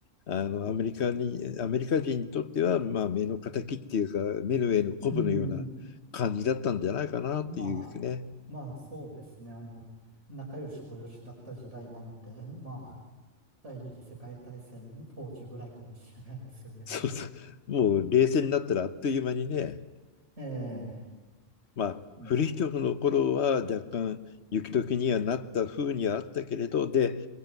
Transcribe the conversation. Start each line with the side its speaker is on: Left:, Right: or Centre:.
Left: あのアメリカにアメリカ人にとっては、まあ、目の敵っていうか目の上のコブのような感じだったんじゃないかなっていうね。
Right: うん。まあ、まあ、そうですね。あの、仲良しこよしだった時代なんて、まあ、第二次世界大戦当時ぐらいかもしれないですよね。
Left: そうそうもう冷戦になったらあっという間にね
Right: ええ。
Left: まあ、
Right: も
Left: フリヒチョフの頃は若干雪解けにはなった風にはあったけれど、で、